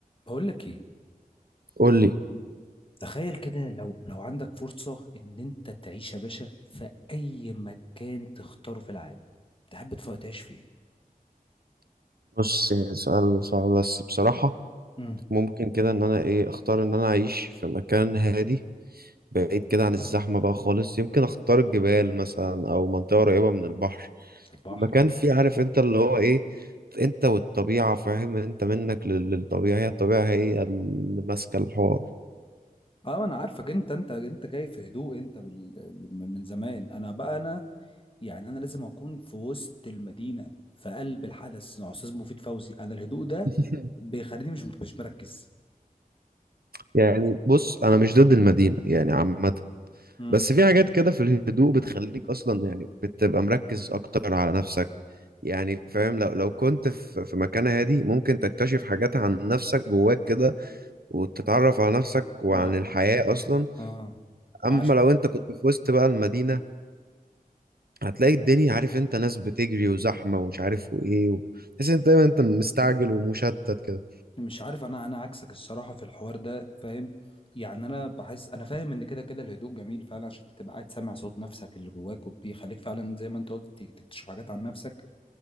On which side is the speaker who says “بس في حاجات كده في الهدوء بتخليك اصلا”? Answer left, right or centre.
Right